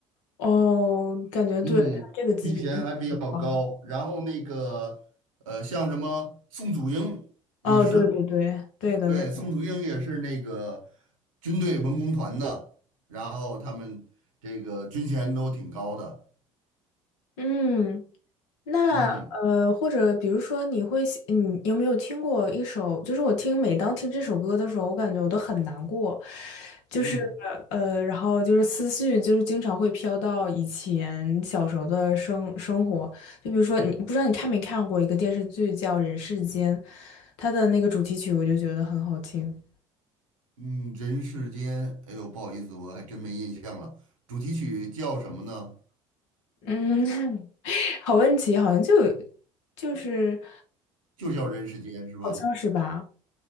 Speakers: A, on the left; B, on the right.
A: 哦，感觉对，
B: 嗯，
A: 他这个级别应该挺高的。
B: 军衔还比较高，然后那个呃，像什么宋祖英也是，
A: 哦，对对对，对的对的。
B: 对，宋祖英也是那个军队文工团的，然后他们这个军衔都挺高的，
A: 嗯，那呃，
B: 嗯
A: 或者比如说，你会喜，你有没有听过一首？就是我听，每当听这首歌的时候，我感觉我都很难过，就是
B: 嗯
A: 呃，然后就是思绪，就是经常会飘到以前小时候的生生活。就比如说，你不知道你看没看过一个电视剧叫《人世间》，它的那个主题曲，我就觉得很好听。
B: 嗯，人世间，哎呦，不好意思，我还真没印象了，主题曲叫什么呢？
A: 嗯，<laughs> 好问题，好像就就是
B: 就叫《人世间》是吧？
A: 好像是吧？